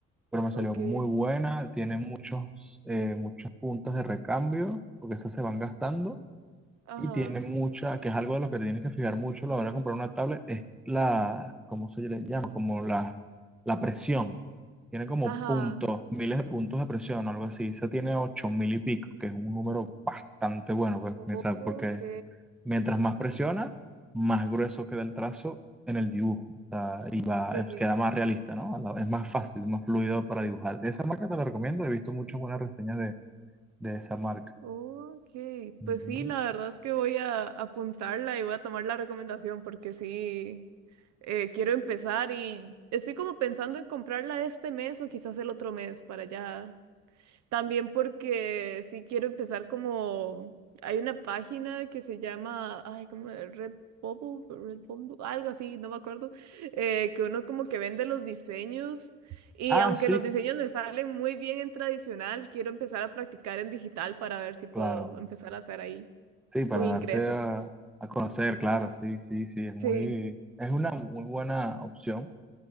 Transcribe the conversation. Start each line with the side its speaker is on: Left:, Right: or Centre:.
Centre: pero me salió
Right: ok,
Centre: muy buena, tiene muchos, eh, muchos puntos de recambio, porque esas se van gastando,
Right: ajá,
Centre: y tiene mucha, que es algo de lo que te tienes que fijar mucho a la hora de comprar una tablet, es la, ¿cómo se le llama? Como la, la presión. Tiene como
Right: ajá.
Centre: puntos, miles de puntos de presión, algo así. Esa tiene ocho mil y pico, que es un número bastante bueno, pues,
Right: Ok,
Centre: o sea, porque Mientras más presiona, más grueso queda el trazo en el dibujo. O sea, y va,
Right: sí,
Centre: es- queda más realista, ¿no? A la- Es más fácil, más fluido para dibujar. Esa marca te la recomiendo. He visto muchas buenas reseñas de, de esa marca.
Right: ok.
Centre: Ujú.
Right: Pues sí, la verdad es que voy a apuntarla y voy a tomar la recomendación porque sí, eh, quiero empezar y estoy como pensando en comprarla este mes o quizás el otro mes para ya También porque sí quiero empezar como hay una página que se llama, ay, como Red Bubble, Red Bumble, algo así, no me acuerdo, eh, que uno como que vende los diseños y
Centre: Ah,
Right: aunque
Centre: sí,
Right: los diseños me salen muy bien en tradicional, quiero empezar a practicar en digital para ver si puedo
Centre: claro.
Right: empezar a hacer ahí
Centre: Sí, para
Right: un ingreso.
Centre: darse a, a conocer, claro. Sí, sí, sí. Es muy,
Right: Sí,
Centre: es una muy buena opción.